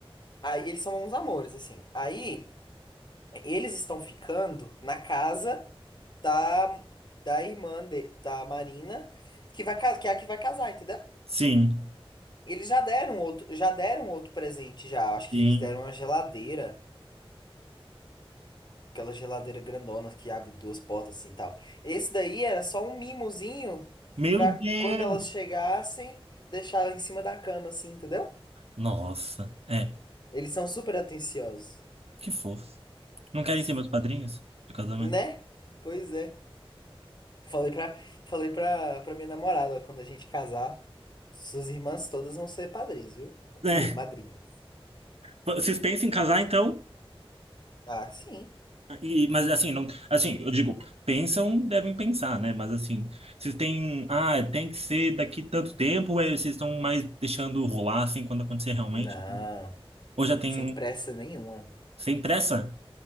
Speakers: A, on the left (about 45°); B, on the right (about 85°).
A: Aí eles são uns amores, assim. Aí eles estão ficando na casa da, da irmã de- da Marina, que vai, ca- que é a que vai casar, entendeu?
B: sim,
A: Eles já deram outro, já deram outro presente já. Acho
B: sim.
A: que eles deram uma geladeira, aquela geladeira grandona que abre duas portas assim e tal. Esse daí era só um mimozinho
B: Meu
A: pra
B: Deus!
A: quando elas chegassem, deixar ela em cima da cama assim, entendeu?
B: Nossa, é,
A: Eles são super atenciosos.
B: que fofo. Não querem
A: Sim.
B: ser meus padrinhos de casamento?
A: Né? Pois é. Falei pra, falei pra, pra minha namorada, ó, quando a gente casar, suas irmãs todas vão ser padrinhas, viu?
B: É,
A: Bom, madrinhas.
B: vocês pensam em casar então?
A: Ah, sim.
B: E, mas assim, não, assim, eu digo, pensam, devem pensar, né? Mas assim, vocês têm, ah, tem que ser daqui tanto tempo, ou é, vocês estão mais deixando rolar assim quando acontecer realmente?
A: Não,
B: Ou já tem
A: sem pressa
B: um-
A: nenhuma.
B: sem pressa?